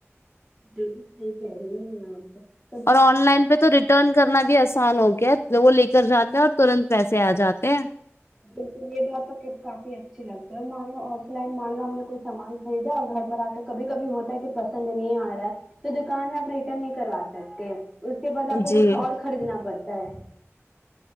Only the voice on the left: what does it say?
اور آن لائن پہ تو ریٹرن کرنا بھی آسان ہوگا وہ لے کر جاتے ہیں اور ترنت پیسے آ جاتے ہیں
جی